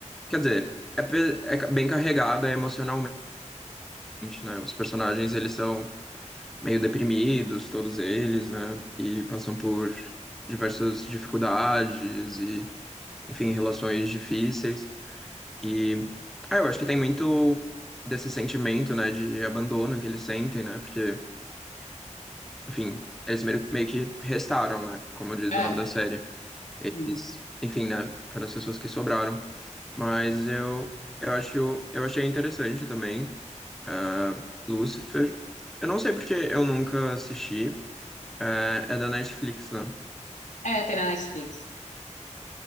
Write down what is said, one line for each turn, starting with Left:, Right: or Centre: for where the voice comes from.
Centre: Quer dizer, é, pe- é ca- bem carregada emocionalmente, né? Os personagens, eles são... meio deprimidos, todos eles, né? E passam por diversas dificuldades e, enfim, relações difíceis. E ah, eu acho que tem muito desse sentimento, né, de abandono que eles sentem, né? Porque, enfim, eles meio, meio que restaram, né? Como diz
Left: É,
Centre: o nome da série. Eles,
Left: sim.
Centre: enfim, né? Foram as pessoas que sobraram. Mas eu, eu acho, eu achei interessante também. ah, Lucifer. Eu não sei porque eu nunca assisti, é, é da Netflix, né?
Left: É, tem na Netflix.